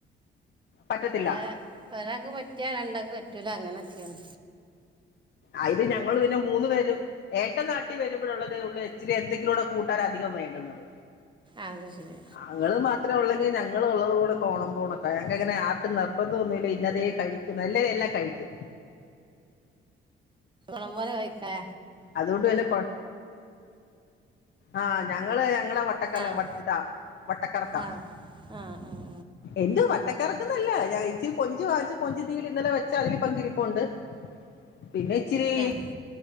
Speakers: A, on the left (about 60°); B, on the right (about 25°).
A: പറ്റത്തില്ല
B: ഇവടെ ഒരാക്ക് പറ്റിയാ രണ്ടാക്ക് പറ്റൂല അങ്ങനൊക്കേണ്
A: ആഹ് ഇത് ഞങ്ങള് പിന്നെ മൂന്ന് പേരും ഏട്ടൻ നാട്ടിൽ വെരുമ്പോഴുള്ളതേ ഒള്ളു ഇച്ചിരി എന്തെങ്കിലോടെ കൂട്ടാനധികം വേണ്ടുന്നത്
B: ആഹ് അത് ശരി
A: അങ്ങള് മ ത്ര ഉള്ളെങ്കിൽ ഞങ്ങളുള്ളത് കൂടെ കോണം പോണക്ക ഞങ്ങക്കങ്ങനെ ആക്കും നിർബന്ധോന്നുല്ല ഇന്നതേ കഴിക്കു ക്കുന്ന എല്ലാരും എല്ലാകഴിക്കും
B: അവന്മാരു കായിക്ക
A: അതുകൊണ്ട് തന്നെ കൊഴ് ആഹ് ഞങ്ങള് ഞങ്ങള വട്ടക്കള്ള്
B: ആഹ്
A: വട്ട് താ വട്ടക്കർക്കാ
B: ആഹ് ആഹ് ആഹ്
A: എന്ത് വട്ടക്കറക്കന്നല്ല ഞാൻ ഇച്ചിരി കൊഞ്ച് വാങ്ങിച്ചോ കൊഞ്ചിതീല് ഇന്നലെ വെച്ചാ അതില് പങ്കിരിപ്പുണ്ട് പിന്നെ ഇച്ചിരി
B: ആഹ് ആഹ്